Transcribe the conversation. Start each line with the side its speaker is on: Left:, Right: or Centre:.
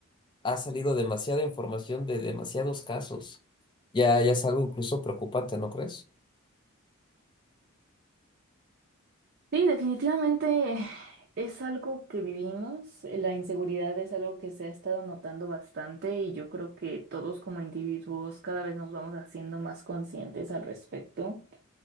Left: ha salido demasiada información de demasiados casos. Ya, ya es algo incluso preocupante, ¿no crees?
Right: Sí, definitivamente es algo que vivimos, la inseguridad es algo que se ha estado notando bastante y yo creo que todos como individuos cada vez nos vamos haciendo más conscientes al respecto.